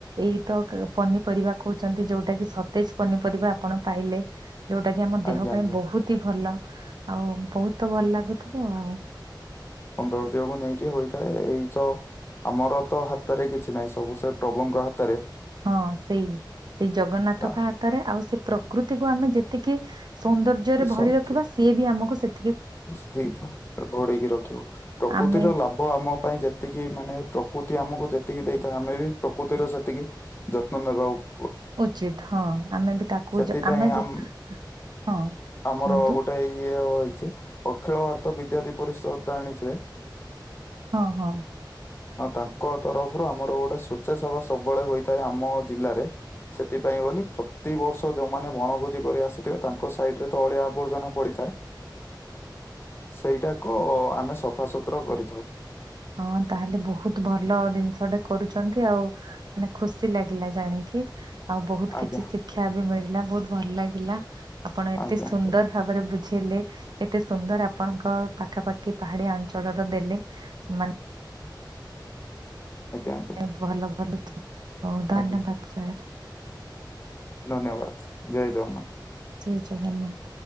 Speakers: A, on the right (about 60°); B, on the left (about 30°).
A: ଏଇ ତ ପନିପରିବା କହୁଛନ୍ତି। ଯୋଉଟା କି ସତେଜ ପନିପରିବା ଆପଣ ପାଇଲେ। ଯୋଉଟା କି ଆମ
B: ଆଜ୍ଞା
A: ଦେହ ପାଇଁ
B: ଆଜ୍ଞା
A: ବହୁତ ହି ଭଲ ଆଉ ବହୁତ ଭଲ ଲାଗୁଥିବ ଆଉ।
B: ସୌନ୍ଦର୍ଯ୍ୟକୁ ନେଇକି ହୋଇଥାଏ ଏଇତ ଆମର ତ ହାତରେ କିଛି ନାହିଁ ସବୁ ସେ ପ୍ରଭୁଙ୍କ ହାତରେ।
A: ହଁ ସେଇ ସେଇ ଜଗନ୍ନାଥଙ୍କ
B: ଆ,
A: ହାତରେ ଆଉ ସେ ପ୍ରକୃତିକୁ ଆମେ ଯେତିକି ସୌନ୍ଦର୍ଯ୍ୟରେ
B: ସଂ-
A: ଭରି ରଖିବା ସିଏ ବି ଆମକୁ ସେ
B: <inaudible> ଘୋଡେଇକି ରଖିବ ପ୍ରକୃତିର
A: ଆମେ
B: ଲାଭ ଭ ଆମ ପାଇଁ ଯେତିକି ମାନେ ପ୍ରକୃତି ଆମକୁ ଯେତିକି ଦେଇଥାଏ ଆମେ ବି ପ୍ରକୃତିର ସେତିକି ଯତ୍ନ ନେବା ଆଉ
A: ଉଚିତ ହଁ ଆମେ ବି ତାକୁ
B: ସେଥିପାଇଁ
A: ଯ ଆମେ ଯେ
B: ଆମ
A: ହଁ
B: ଆମର
A: କୁହନ୍ତୁ
B: ଗୋଟେ ଇଏ ହେଇଛି ଅଖିଳ ଭାରତ ବିଦ୍ୟାର୍ଥୀ ପରିଷଦ ଜାଣିଥିବେ।
A: ହଁ ହଁ
B: ହ ତାଙ୍କ ତରଫରୁ ଆମର ଗୋଟେ ସ୍ଵେଚ୍ଛାସେବା ସବୁବେଳେ ହୋଇଥାଏ ଆମ ଜିଲ୍ଲାରେ। ସେଥିପାଇଁ ବୋଲି ପ୍ରତି ବର୍ଷ ଯୋଉମାନେ ବଣଭୋଜି କରି ଆସିଥିବେ ତାଙ୍କ ସାଇଡ ରେ ତ ଅଳିଆ ଆବର୍ଜନା ପଡିଥାଏ। ସେଇଟାକୁ ଆମେ ସଫାସତୁର କରିଥାଉ।
A: ହଁ ତାହେଲେ ବହୁତ ଭଲ ଜିନିଷଟେ କରୁଛନ୍ତି ଆଉ। ମାନେ ଖୁସି ଲାଗିଲା ଜାଣିକି। ଆଉ ବହୁତ
B: ଆଜ୍ଞା
A: କିଛି ଶିକ୍ଷା ବି ମିଳିଲା ବହୁତ ଭଲ ଲାଗିଲା ଆପଣ ଏତେ
B: ଆଜ୍ଞା
A: ସୁନ୍ଦର
B: ଆଜ୍ଞା
A: ଭାବରେ ବୁଝେଇଲେ ଏତେ ସୁନ୍ଦର ଆପଣଙ୍କ ପାଖାପାଖି ପାହାଡିଆ ଅଞ୍ଚଳର ଦେଲେ। ମାନ
B: ଆଜ୍ଞା
A: ମାନେ
B: ଆଜ୍ଞା
A: ଭଲ ଭଲ ହଉ ଧନ୍ୟବାଦ
B: ଆଜ୍ଞା
A: ସାର୍।
B: ଧନ୍ୟବାଦ ଜୟ ଜଗନ୍ନାଥ।
A: ଜୟ ଜଗନ୍ନାଥ।